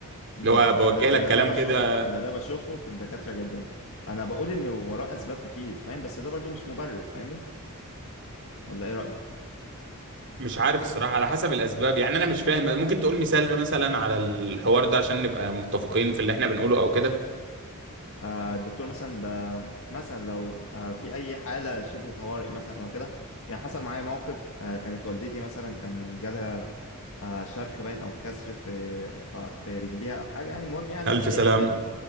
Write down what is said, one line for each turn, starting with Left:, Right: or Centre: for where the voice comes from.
Left: امم
Right: اللي هو
Left: امم.
Right: بوجه
Left: انا
Right: لك
Left: انا
Right: كلام
Left: ده بشوفه
Right: كده
Left: انا ده بشوفه في الدكاترة جدا انا بقول ان وراه اسباب اكيد فاهم بس ده برضو مش مبرر فاهمني ولا ايه رأيك
Right: مش عارف الصراحة على حسب الأسباب يعني أنا مش فاهم ممكن تقول مثال مثلا على الحوار ده عشان نبقى متفقين في اللي إحنا بنقوله أو كده
Left: آه الدكتور مثلا ب... مثلا لو آه في اي حالة شبه طوارئ مثلا او كده يعني حصل معايا موقف آه كانت والدتي مثلا كان جالها آه شرخ باين او كسر في في, في رجليها او حاجة يعني المهم يعني
Right: ألف
Left: احنا ايه
Right: سلام
Left: اكيد